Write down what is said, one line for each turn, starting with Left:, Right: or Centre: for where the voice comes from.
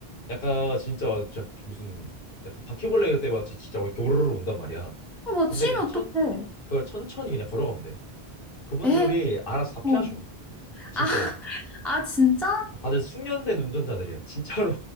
Left: 약간 진짜 진짜 무슨 약간 바퀴벌레 그때 마치 진짜 이렇게 오르르 온단 말이야
Centre: 어, 막
Left: 근데
Centre: 치면
Left: 그냥 천
Centre: 어떡해.
Left: 그걸 천천히 그냥 걸어가면 돼 그분들이
Centre: 에?
Left: 알아서 다
Centre: 어.
Left: 피하셔 진짜로
Centre: 아, 아, 진짜?
Left: 다들 숙련된 운전자들이야. 진짜로